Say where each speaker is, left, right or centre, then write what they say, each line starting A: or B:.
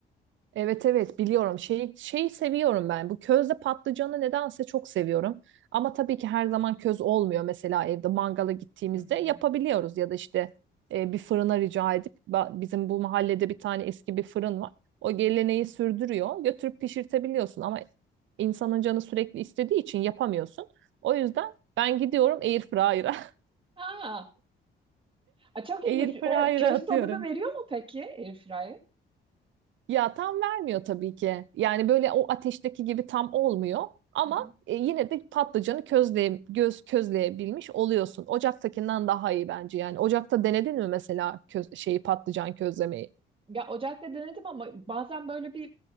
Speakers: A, on the right; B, on the right.
A: Evet evet biliyorum. Şeyi, şeyi seviyorum ben. Bu közde patlıcanı nedense çok seviyorum. Ama tabii ki her zaman köz olmuyor. Mesela evde mangala gittiğimizde
B: Hı hı.
A: yapabiliyoruz ya da işte e, bir fırına rica edip ba- bizim bu mahallede bir tane eski bir fırın var. O geleneği sürdürüyor. Götürüp pişirtebiliyorsun ama insanın canı sürekli istediği için yapamıyorsun. O yüzden ben gidiyorum air fryer'a. <laughs>
B: Aa, a, çok ilginç.
A: Air fryer'a
B: O köz
A: atıyorum.
B: tadını veriyor mu peki airfryer?
A: Ya tam vermiyor tabii ki. Yani böyle o ateşteki gibi tam olmuyor. Ama
B: Hı hı.
A: e, yine de patlıcanı közleye, göz közleyebilmiş oluyorsun. Ocaktakinden daha iyi bence yani. Ocakta denedin mi mesela köz, şeyi patlıcan közlemeyi?
B: Ya ocakta denedim ama bazen böyle bir